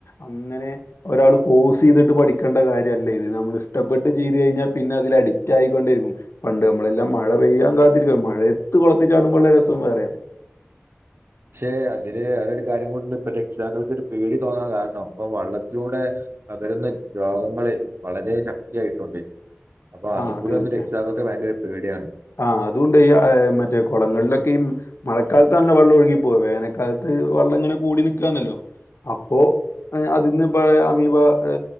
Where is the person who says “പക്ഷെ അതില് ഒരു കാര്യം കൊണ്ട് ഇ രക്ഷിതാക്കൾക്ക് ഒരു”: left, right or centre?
Right